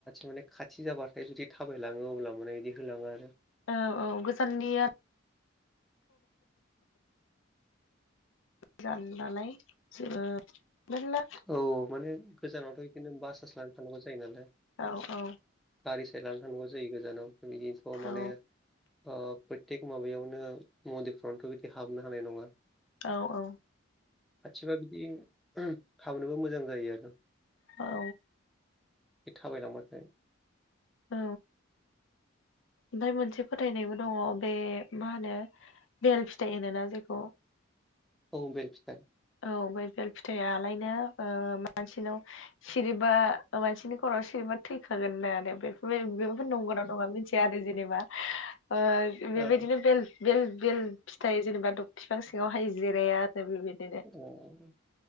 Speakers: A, in the centre; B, on the left.
A: माने खाथि जाबाथाय जुदि थाबायलाङो अब्ला माने बिदि होलाङो आरो
B: औ औ गोजाननियाथ' जानालाय ओ मला
A: औ माने गोजानावथ' बिदिनो बासास लानानै थानांगौ जायो नालाय
B: औ औ
A: गारि साय लानो थानांगौ जायो गोजानाव बिदिनोथ'
B: औ
A: माने ओ प्रयथेक माबायावनो मन्दिरफ्रावनोथ' बिदि हाबनो हानाय नङा
B: औ औ
A: खाथिबा बिदि खामनोबो मोजां जायो आरो
B: औ
A: बे थाबायलांबाथाय
B: औ ओमफ्राय मोनसे फोथायनायबो दङ बे मा होनो। बेल फिथाइ होनो जेखौ
A: औ बेेल फिथाइ
B: औ ब बेल फिथाइलायनो ओ मानसिनाव सिरिबा मानसिनि खर'आव सिरिबा थैखागोन आरो बे बे-बेफोर नंगौ ना नङा मिथिया आरो जेनेबा बेबायदिनो
A: ओ
B: बेल बेल बेल फिथाइ जेनेबा बिफां सिङावहाय जिराया आरो बेबायदिनो
A: अ